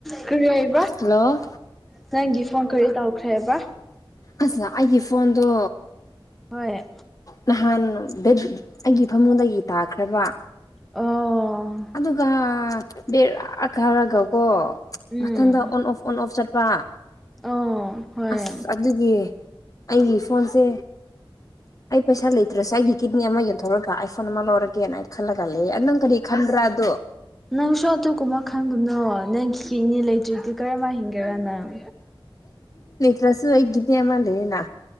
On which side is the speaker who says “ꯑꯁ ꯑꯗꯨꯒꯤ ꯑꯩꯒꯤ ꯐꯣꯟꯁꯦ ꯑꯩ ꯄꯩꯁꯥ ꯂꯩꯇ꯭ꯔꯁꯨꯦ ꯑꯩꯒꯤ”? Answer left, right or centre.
Left